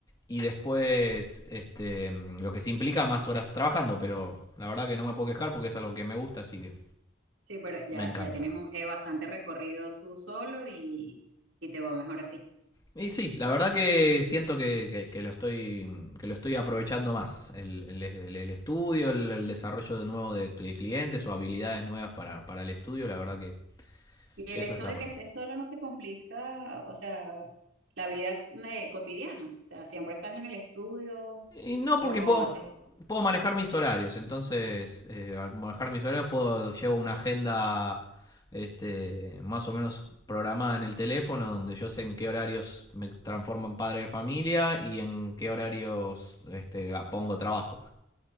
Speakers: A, on the left; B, on the right.
A: y después este, mm, lo que se implica más horas trabajando, pero la verdad que no me puedo quejar porque es algo que me gusta, así que
B: Sí, pero ya,
A: me encanta.
B: ya tienes un, eh, bastante recorrido tú solo y, y te va mejor así.
A: Y sí, la verdad que siento que, que- que lo estoy mm, que lo estoy aprovechando más. El, el- el- estudio, el, el desarrollo de nuevo de clientes o habilidades nuevas para, para el estudio, la verdad que,
B: Y
A: que
B: el
A: eso
B: hecho
A: está
B: de
A: bueno.
B: que estés solo no te complica, o sea, la vida eh, cotidiana. O sea, siempre estás en el estudio
A: Y no,
B: o
A: porque puedo,
B: haces...
A: puedo manejar mis horarios. Entonces, eh, al manejar mis horarios, puedo llevo una agenda este, más o menos programada en el teléfono, donde yo sé en qué horarios me transformo en padre de familia y en qué horarios este, ah, pongo trabajo.